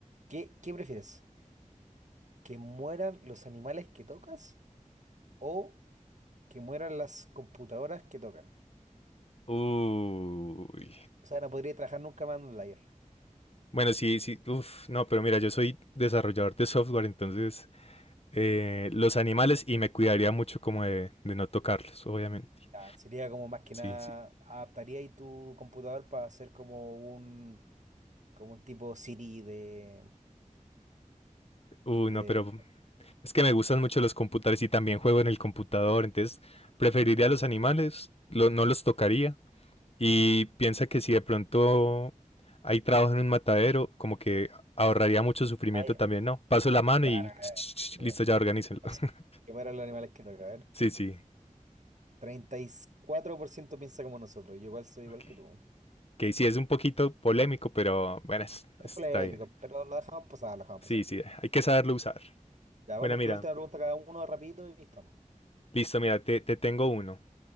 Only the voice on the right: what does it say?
¿Qué, qué prefieres? ¿Que mueran los animales que tocas o que mueran las computadoras que tocan?
O sea, no podría trabajar nunca más en un layer.
Ya, sería como más que
nada,
adaptaría ahí tu computador para hacer como un, como un tipo Siri de,
de...
Mm,
ay,
claro,
claro. Bien.
Entonces,
que mueran los animales que tocan, a ver.
treinta y cuatro por ciento piensa como nosotros. Yo igual soy igual
que tú.
Es
polémico,
pero lo dejamos pasar, lo dejamos
pasar.
Ya vamos
con la última pregunta cada uno rapidito y estamos.